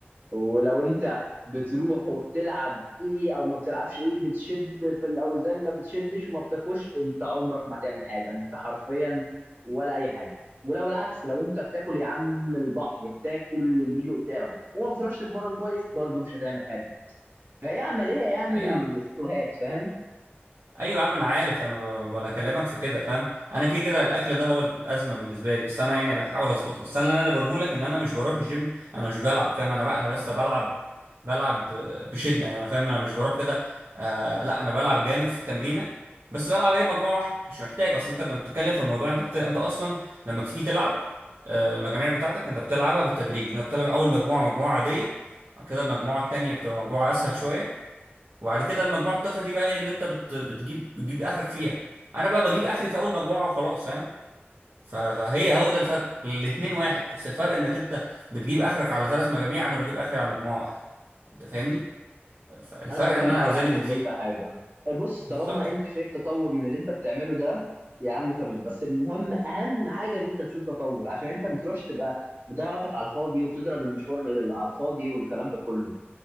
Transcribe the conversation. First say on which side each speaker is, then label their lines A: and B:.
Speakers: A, on the right (about 55°); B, on the right (about 70°).
A: ولو انت بتروح وبتلعب ايه او ما بتلعبش ايه بتشد في الاوزان ما بتشدش وما بتاكلش انت عمرك ما تعمل حاجه انت حرفيا ولا اي حاجه ولو العكس لو انت بتاكل يا عم البحر بتاكل اللي يجي قدامك وما بتروحش تتمرن كويس برضه مش هتعمل حاجه فهي عمليه يعني
B: اي يا عم
A: خد وهات فاهم
B: ايوه يا عم انا عارف انا وانا اكلمك في كده فاهم انا كده كده الاكل ده هو الازمه بالنسبه لي بس انا يعني بحاول اظبطه بس انا اللي انا بقوله لك ان انا مش بروح الجيم انا مش بلعب فاهم انا بقى انا بس بلعب بلعب بشده يعني، انا فاهم انا مش بروح كده آه لا انا بلعب جامد في التمرينه بس بلعب ايه مجموعه واحده مش محتاج اصلا انت لما بتتكلم في الموضوع انت بت... انت اصلا لما بتيجي تلعب آه المجاميع بتاعتك انت بتلعبها بالتدريج انت بتلعب اول مجموعه مجموعه عاديه بعد كده المجموعه التانيه بتبقى مجموعه اسهل شويه وبعد كده المجموعه الثالثه دي بقى هي اللي انت بت... بتجيب بتجيب اخرك فيها انا بقى بجيب اخري في اول مجموعه وخلاص فاهم ف... فهي هو ده الفرق الاتنين واحد بس الفرق انك انت بتجيب اخرك على ثلاث مجاميع انا بجيب اخري على مجموعه واحده انت فاهمني فالفرق
A: انا فاهمك
B: ان انا اوزاني
A: يا عم
B: بتزيد
A: وكل حاجه بص طالما
B: بالظبط
A: انت شايف تطور من اللي انت بتعمله ده يا عم تمام بس المهم اهم حاجه ان انت تشوف تطور عشان انت ما تروحش تبقى بتضيع وقتك على الفاضي وبتضرب المشوار لل- على الفاضي والكلام ده كله